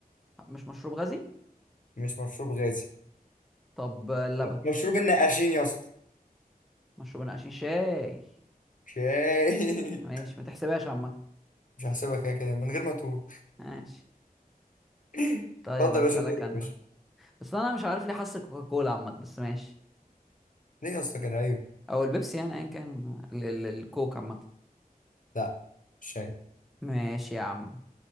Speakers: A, in the centre; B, on the left.
A: مش مشروب غازي
B: مش مشروب غازي
A: طب آه، اللبن
B: م- مشروب النقاشين يا اسطى
A: مشروب نقاشين شاي
B: شاي
A: ماشي
B: <laughs>
A: ما تحسبهاش عامة
B: مش هحسبها كده كده من غير ما تقول
A: ماشي
B: <laughs>
A: طيب
B: اتفضل
A: اسألك
B: يا باشا دورك
A: انا
B: يا باشا
A: بس انا مش عارف ليه حاسس كوكاكولا عامة بس ماشي
B: ليه يا اسطى كان عيب
A: او البيبسي يعني ايا كان ال- ال- الكوك عامة
B: لا شاي
A: ماشي يا عم